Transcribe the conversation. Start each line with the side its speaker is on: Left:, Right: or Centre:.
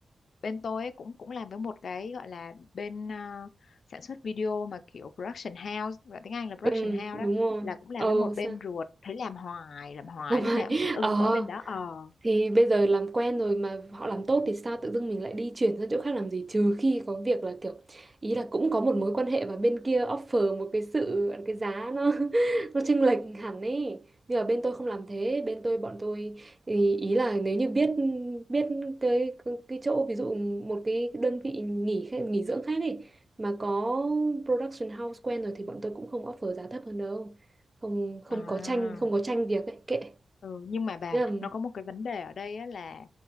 Left: bên tôi ấy cũng cũng làm với một cái gọi là bên ờ, sản xuất video mà kiểu production house gọi tiếng Anh là production
Right: ừ
Left: house đó
Right: đúng rồi
Left: là cũng làm
Right: ờ
Left: với một bên
Right: sao
Left: ruột thấy làm hoài làm
Right: <laughs>
Left: hoài
Right: làm hại
Left: lúc nào cũng chỉ ưng
Right: ờ
Left: mỗi bên đó ờ
Right: thì bây giờ làm quen rồi mà họ làm tốt thì sao tự dưng mình lại đi chuyển sang chỗ khác làm gì trừ khi có việc là kiểu ý là cũng có một mối quan hệ và bên kia offer một cái sự cái giá nó <laughs> nó chênh lệch hẳn ấy nhưng mà bên tôi không làm thế bên tôi bọn tôi ý, ý là nếu như biết biết cái cái chỗ ví dụ một cái đơn vị nghỉ khách- nghỉ dưỡng khác ấy mà có production house quen rồi thì bọn tôi cũng không offer giá thấp hơn đâu không không
Left: à
Right: có tranh không có tranh việc ấy kệ
Left: Ừ, nhưng mà bà
Right: Thế là,
Left: nó có một cái vấn đề ở đây á là